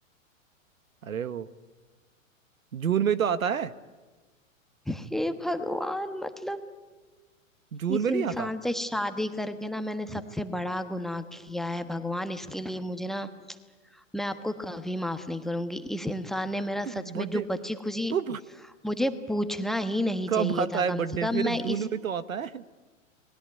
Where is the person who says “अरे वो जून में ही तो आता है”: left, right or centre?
Right